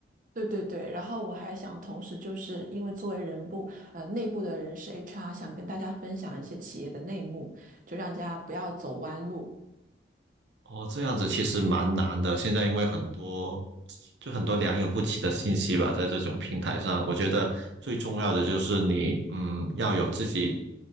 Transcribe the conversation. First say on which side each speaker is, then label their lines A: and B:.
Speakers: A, on the right; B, on the right.
A: 对对对，然后我还想同时就是因为作为人部呃内部的人事 HR，想跟大家分享一些企业的内幕，就让大家不要走弯路。
B: 哦，这样子其实蛮难的。现在因为很多，就很多良莠不齐的信息吧，在这种平台上，我觉得最重要的就是你，嗯，要有自己